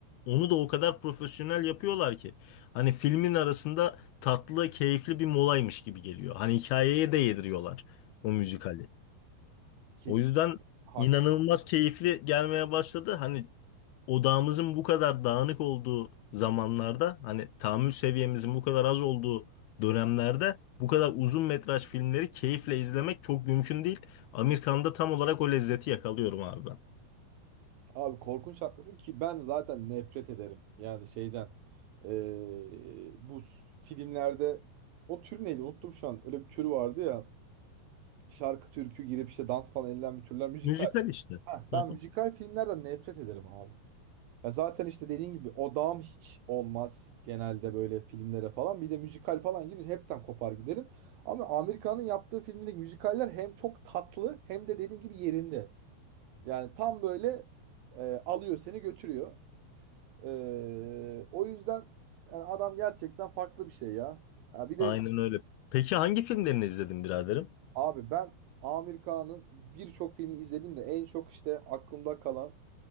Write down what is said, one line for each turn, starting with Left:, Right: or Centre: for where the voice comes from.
Left: onu da o kadar profesyonel yapıyorlar ki. Hani filmin arasında tatlı, keyifli bir molaymış gibi geliyor. Hani hikayeye de yediriyorlar o müzikali.
Right: Kesin
Left: O yüzden
Right: hak.
Left: inanılmaz keyifli gelmeye başladı. Hani odağımızın bu kadar dağınık olduğu zamanlarda, hani tahammül seviyemizin bu kadar az olduğu dönemlerde bu kadar uzun metraj filmleri keyifle izlemek çok mümkün değil. Amerikan'da tam olarak o lezzeti yakalıyorum abi ben.
Right: Abi korkunç haklısın ki ben zaten nefret ederim. Yani şeyden. Ee, bu s- filmlerde o tür neydi? Unuttum şu an. Öyle bir tür vardı ya. Şarkı, türkü girip işte dans falan edilen bir türler. Müzikal.
Left: Müzikal işte.
Right: Ha,
Left: Hı
Right: ben
Left: hı.
Right: müzikal filmlerden nefret ederim abi. Ya zaten işte dediğin gibi odağım hiç olmaz genelde böyle filmlere falan. Bir de müzikal falan girince hepten kopar giderim. Ama Amerika'nın yaptığı filmdeki müzikaller hem çok tatlı hem de dediğin gibi yerinde. Yani tam böyle e, alıyor seni götürüyor. E, o yüzden yani adam gerçekten farklı bir şey ya. Ya bir
Left: Aynen
Right: de
Left: öyle. Peki hangi filmlerini izledin biraderim?
Right: abi ben Amir Kağan'ın birçok filmini izledim de en çok işte aklımda kalan